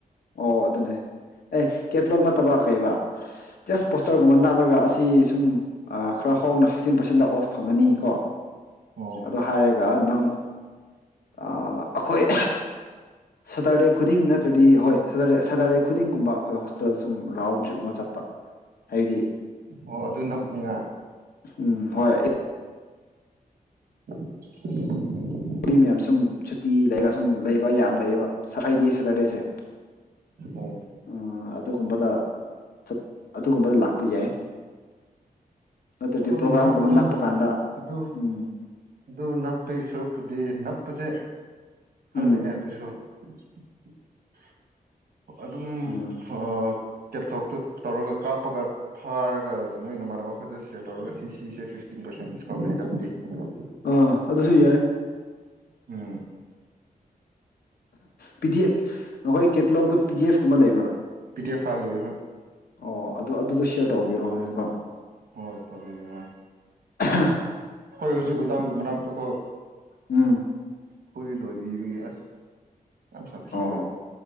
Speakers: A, on the left; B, on the right.
A: ꯑꯣ ꯑꯗꯨꯅꯦ ꯑꯦ ꯀꯦꯇꯂꯣꯛ ꯅꯠꯇꯕ ꯀꯩꯕꯥ ꯇꯦꯁ ꯄꯣꯁꯇꯔꯒꯨꯝꯕ ꯅꯅꯥꯞꯂꯒ ꯑꯁꯤ ꯁꯨꯝ ꯈꯔ ꯍꯣꯡꯅ ꯐꯤꯐꯇꯤꯟ ꯄꯥꯔꯁꯦꯟꯗ ꯑꯣꯐ ꯐꯪꯉꯅꯤ ꯀꯣ
B: ꯑꯣ
A: ꯑꯗꯨꯗꯣ ꯍꯥꯏꯌꯦꯒ ꯅꯪ ꯑꯩꯈꯣꯏ ꯁꯇꯔꯗꯦ ꯈꯨꯗꯤꯡ ꯅꯠꯇ꯭ꯔꯗꯤ ꯍꯣꯏ ꯁꯇꯔꯗꯦ ꯁꯇꯔꯗꯦ ꯈꯨꯗꯤꯡꯒꯨꯝꯕ ꯑꯩꯈꯣꯏ ꯍꯣꯁꯇꯦꯜ ꯁꯨꯝ ꯔꯥꯎꯟ ꯇ꯭ꯔꯤꯞ ꯑꯃ ꯆꯠꯄ ꯍꯥꯏꯗꯤ
B: ꯑꯣ ꯑꯗꯨ ꯅꯞꯅꯤꯉꯥꯏ
A: ꯎꯝ ꯍꯣꯏ
B: <inaudible>
A: ꯃꯤ ꯃꯌꯥꯝ ꯁꯨꯝ ꯁꯨꯇꯤ ꯂꯩꯔ ꯁꯨꯝ ꯂꯩꯕ ꯌꯥꯝ ꯂꯩꯌꯦꯕ ꯁꯈꯥꯏꯗꯦ ꯁꯦꯇ꯭ꯔꯗꯦꯁꯦ
B: ꯑꯣ
A: ꯎꯝ <inaudible> ꯆꯠ ꯑꯗꯨꯒꯨꯝꯕꯗ ꯂꯥꯛꯄ ꯌꯥꯏ ꯅꯠꯇ꯭ꯔꯗꯤ
B: ꯑꯗꯨꯝ
A: ꯄ꯭ꯔꯣꯒ꯭ꯔꯥꯝꯒꯨꯝꯕ
B: ꯅꯞ ꯑꯗꯨ
A: ꯅꯛꯄ ꯀꯥꯟꯗ
B: ꯑꯗꯨ
A: ꯎꯝ
B: ꯑꯗꯨ ꯅꯞꯄꯒꯤ ꯁꯔꯨꯛꯄꯨꯗꯤ ꯅꯞ ꯎꯆꯁꯦ ꯈꯪꯗꯦꯅꯦ
A: ꯎꯝ
B: ꯑꯗꯨꯁꯨ <inaudible> ꯑꯗꯨꯝ
A: ꯎꯝ
B: ꯑ ꯀꯦꯊꯣꯛꯇꯨ ꯇꯧꯔꯒ ꯀꯥꯞꯄꯒ ꯊꯥꯔꯒ ꯅꯣꯏꯅ ꯃꯅ ꯑꯩꯈꯣꯏꯗ ꯁꯤꯌꯔ ꯇꯧꯔꯒ ꯁꯤꯁꯦ ꯐꯤꯐꯇꯤꯟ ꯄꯔꯦꯟ ꯗꯤꯀꯟ ꯂꯩ ꯍꯥꯏꯕꯗꯤ <inaudible>
A: ꯑꯥ ꯑꯗꯨꯁꯨ ꯌꯥꯏ
B: ꯎꯝ
A: ꯄꯤꯗꯤ ꯅꯈꯣꯏ ꯀꯦꯇꯂꯧꯗ ꯄꯤ ꯗꯤ ꯑꯦꯐ ꯀꯨꯝꯕ ꯂꯩꯕ꯭ꯔꯥ
B: <unintelligible>
A: ꯑꯣ ꯑꯗꯨ ꯑꯗꯨꯗꯣ ꯁꯤꯦꯌꯔ ꯇꯧꯕꯤꯔꯣ ꯍꯣꯔꯦꯟꯀꯣ
B: ꯍꯣꯏ ꯇꯕꯤꯒꯤꯍꯥ
A: ꯑ
B: ꯑꯩꯈꯣꯏ ꯍꯧꯖꯤꯛ ꯗꯥꯝꯒꯤ ꯃꯅꯥꯛꯇꯀꯣ
A: ꯎꯝ
B: ꯍꯨꯏ ꯂꯣꯏꯕꯤꯕꯒꯤ ꯑꯁ ꯌꯥꯝ ꯁꯥꯊꯤꯕ
A: ꯑꯣ